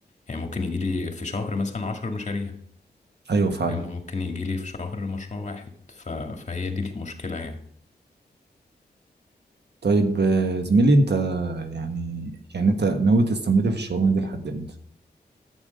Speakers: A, on the left; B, on the right.
A: يعني ممكن يجيلي في شهر مثلا عشر مشاريع
B: أيوه فعلا
A: فاهم ممكن يجيلي في شهر مشروع واحد ف... فهي دي المشكلة يعني
B: طيب آه، زميلي أنت يعني يعني أنت ناوي تستمر في الشغلانة دي لحد إمتى؟